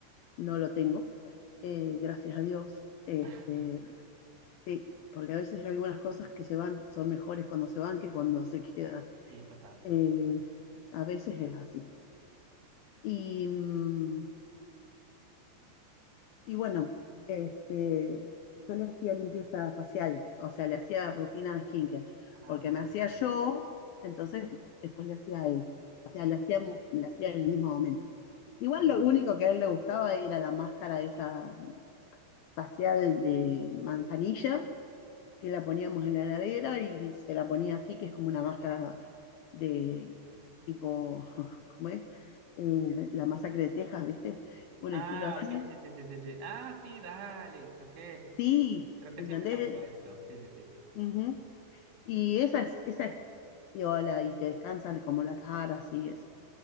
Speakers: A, on the left; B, on the right.
A: no lo tengo, eh, gracias a Dios. Este,
B: <laughs>
A: sí, porque a veces hay algunas cosas que se van son mejores cuando se van que cuando se quedan.
B: Sí, total,
A: Eh,
B: total.
A: a veces es así. Y, mm, y bueno, este, yo le hacía limpieza facial, o sea, le hacía rutina de skincare,
B: Ah,
A: porque
B: ok.
A: me hacía yo, entonces después le hacía a él. O sea, le hacíamos, le hacía en el mismo momento. Igual
B: Ujú.
A: lo único que a él le gustaba era la máscara esa facial de manzanilla, que la poníamos en la heladera y se la ponía así, que es como una máscara de tipo, <laughs> ¿cómo es? Eh, la masacre de Texas, ¿viste? Un
B: Ah,
A: estilo así.
B: ok, sí, sí, sí, sí, sí. Ah, sí, dale. Creo que,
A: Sí,
B: creo que
A: ¿entendés?
B: sí me la han puesto. Sí, sí, sí.
A: Ujú. Y esa es, esa es piola y te descansan como la cara, así eso.